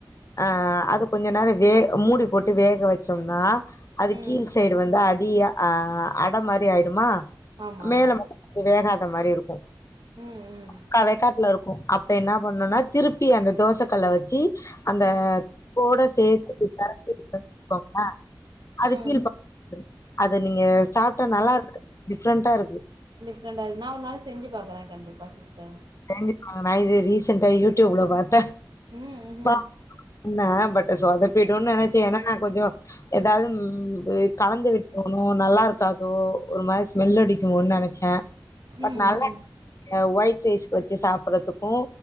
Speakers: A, on the left (about 40°); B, on the right (about 70°).
A: அ அது கொஞ்சோ நேரோ வே மூடி போட்டு வேக வச்சோம்னா அது
B: ம்
A: கீழ் சைடு வந்து அடியா ஆ அட மாரி ஆயிடுமா
B: ஆமா
A: மேல மட்டு வேகாத மாரி இருக்கு
B: ம் ம்
A: முக்கா வேக்காட்ல இருக்கு அப்ப என்ன பண்ணுனா திருப்பி அந்த தோசக்கல்ல வச்சி அந்த
B: ம்
A: தொக்கோட சேத்து பெரட்டி விட்டோனு வச்சுக்கோங்கள அது
B: ம்
A: கீழ் பக்கோ வந்துரு அத நீங்க சாப்ட்டா நல்லாருக்கு டிஃப்ரெண்டா இருக்கு
B: டிஃப்ரெண்டாருக்கு நா ஒரு நாள் செஞ்சு பாக்குறே கண்டிப்பா சிஸ்டர்
A: செஞ்சி பாருங்க நா இத ரீசன்ட்டா யூடியூப்ல பாத்த
B: ம்
A: பாத்து
B: ம்
A: பண்ண பட் சோதப்பிடுன்னு நெனச்சு ஏனா நா கொஞ்சோ எதாவுது ம் கலந்து விட்டோணோ நல்லா இருக்காதோ ஒரு மாரி ஸ்மெல் அடிக்குமோன்னு நெனைச்ச பட்
B: ம்
A: நல்லா
B: ம்
A: இருக்குங்க ஓயிட் ரைஸ்கு வச்சு சாப்படுறதுக்கு